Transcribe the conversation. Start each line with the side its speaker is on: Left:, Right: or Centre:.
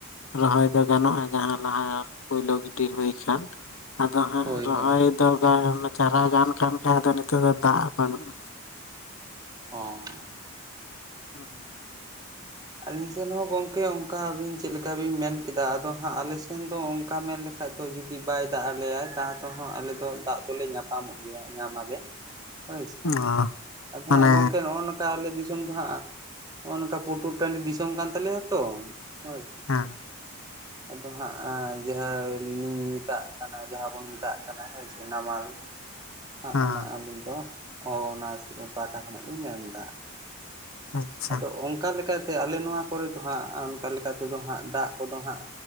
Left: ᱨᱚᱦᱚᱭ ᱫᱚ ᱜᱟᱱᱚᱜᱼᱟ᱾ ᱡᱟᱦᱟᱸ ᱞᱟᱦᱟ ᱯᱳᱭᱞᱳ ᱜᱤᱰᱤ ᱦᱩᱭ ᱠᱟᱱ᱾ ᱟᱫᱚ ᱦᱟᱸᱜ
Right: ᱦᱳᱭ
Left: ᱨᱚᱦᱚᱭ
Right: ᱦᱳᱭ
Left: ᱫᱚ ᱪᱟᱨᱟ ᱜᱟᱱ ᱠᱟᱱ ᱠᱷᱟᱱ ᱱᱤᱛᱚᱜ ᱫᱚ ᱫᱟᱜ ᱵᱟᱹᱱᱩᱜᱼᱟ᱾
Right: ᱚᱻ᱾
Left: <unintelligible>
Right: ᱟᱹᱞᱤᱧ ᱥᱮᱱ ᱦᱚᱸ ᱜᱚᱝᱠᱮ ᱚᱝᱠᱟ ᱟᱹᱵᱤᱱ ᱪᱮᱫ ᱞᱮᱠᱟ ᱵᱤᱱ ᱢᱮᱱ ᱠᱮᱫᱟ᱾ ᱟᱫᱚ ᱦᱟᱸᱜ ᱟᱞᱮ ᱥᱮᱱ ᱫᱚ ᱚᱝᱠᱟ ᱢᱮᱱ ᱞᱮ ᱠᱷᱟᱡ ᱫᱚ ᱡᱩᱫᱤ ᱵᱟᱭ ᱫᱟᱜ ᱟᱞᱮᱭᱟᱭ ᱛᱟᱣ ᱛᱮᱦᱚᱸ ᱟᱞᱮᱫᱚ ᱫᱟᱜ ᱫᱚᱞᱮ ᱧᱟᱯᱟᱢᱚᱜ ᱜᱮᱭᱟ ᱧᱟᱢᱟᱞᱮ᱾
Left: <unintelligible>
Right: ᱦᱳᱭ ᱥᱮ
Left: ᱚ
Right: ᱟᱫᱚ
Left: ᱢᱟᱱᱮ
Right: ᱦᱟᱸᱜ ᱜᱚᱢᱠᱮ ᱱᱚᱜᱼᱚᱭ ᱱᱚᱝᱠᱟ ᱟᱞᱮ ᱫᱤᱥᱚᱢ ᱫᱚ ᱦᱟᱸᱜ ᱱᱚᱜᱼᱚᱭ ᱱᱚᱝᱠᱟ ᱯᱳ ᱴᱩᱨ ᱴᱟᱺᱰᱤ ᱫᱤᱥᱚᱢ ᱠᱟᱱ ᱛᱟᱞᱮᱭᱟ ᱛᱚ, ᱦᱳᱭ᱾
Left: ᱦᱮᱸ᱾
Right: ᱟᱫᱚ ᱦᱟᱸᱜ ᱟᱸ ᱡᱟᱦᱟᱸᱞᱤᱧ ᱢᱮᱛᱟᱜ ᱠᱟᱱᱟ, ᱡᱟᱦᱟᱸ ᱵᱚᱱ ᱢᱮᱛᱟᱜ ᱠᱟᱱᱟ ᱦᱳᱭ ᱥᱮ ᱱᱟᱢᱟᱞ᱾ ᱦᱟᱸᱜ
Left: ᱦᱮᱸ
Right: ᱚᱱᱟ ᱟᱹᱞᱤᱧ ᱫᱚ ᱚ ᱚᱱᱟ ᱯᱟᱦᱴᱟ ᱠᱷᱚᱱᱟᱜ ᱞᱤᱧ ᱢᱮᱱ ᱫᱟ᱾
Left: ᱟᱪᱪᱷᱟ
Right: ᱟᱫᱚ ᱚᱝᱠᱟ ᱞᱮᱠᱟ ᱛᱮ, ᱟᱞᱮ ᱱᱚᱣᱟ ᱠᱚᱨᱮ ᱫᱚ ᱦᱟᱸᱜ ᱚᱝᱠᱟ ᱞᱮᱠᱟ ᱛᱮᱫᱚ ᱦᱟᱸᱜ ᱫᱟᱜ ᱠᱚᱫᱚ ᱦᱟᱸᱜ